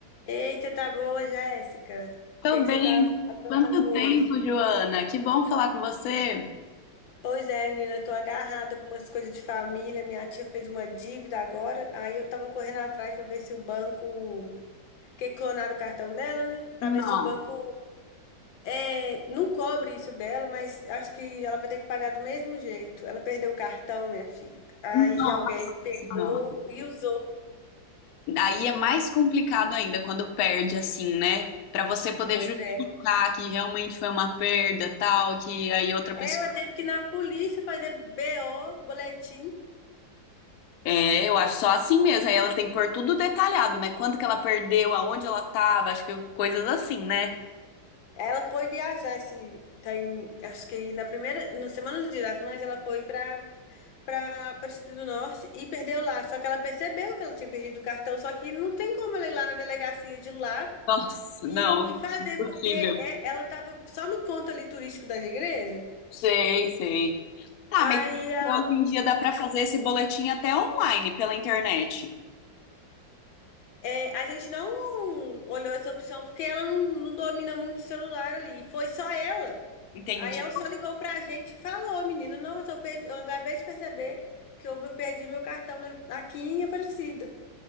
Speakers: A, on the left (about 85°); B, on the left (about 65°).
A: Ei, você tá boa, Jéssica? O
B: Tô
A: que é que
B: bem.
A: você tá aprontando
B: Quanto
A: hoje?
B: tempo, Joana? Que bom falar com você.
A: Pois é, menina, eu tô agarrada com umas coisas de família. Minha tia fez uma dívida agora, aí eu tava correndo atrás pra ver se o banco. Porque clonaram o cartão dela, né? Pra
B: Nossa,
A: ver se o banco é, não cobre isso dela, mas acho que ela vai ter que pagar do mesmo jeito. Ela perdeu o cartão, minha filha. Aí
B: nossa.
A: alguém pegou
B: senhora.
A: e usou.
B: Aí é mais complicado ainda quando perde assim, né? Pra você poder
A: Pois
B: justificar
A: é.
B: que realmente foi uma perda, tal, que aí outra pessoa.
A: Ela teve que ir na polícia fazer BO, boletim.
B: É, eu acho só assim mesmo. Aí ela tem que pôr tudo detalhado, né? Quando que ela perdeu, aonde ela tava, acho que coisas assim, né?
A: Ela foi viajar esse tem, acho que na primeira, na semana do Dia das Mães, ela foi para para para o Distrito do Norte e perdeu lá. Só que ela percebeu que ela tinha perdido o cartão, só que não tem como ela ir lá na delegacia de lá
B: Nossa,
A: e,
B: não,
A: e fazer,
B: impossível.
A: porque é, ela estava só no ponto ali turístico das igrejas.
B: Sei, sei. Ah,
A: Aí
B: mas
A: ela-
B: hoje em dia dá para fazer esse boletim até online, pela internet.
A: é, a gente não olhou essa opção porque ela não, não domina muito o celular ali. E foi só ela.
B: Entende?
A: Aí ela só ligou pra gente e falou, menina, nossa, eu, perdi, eu acabei de perceber que eu perdi meu cartão na- aqui em Aparecida.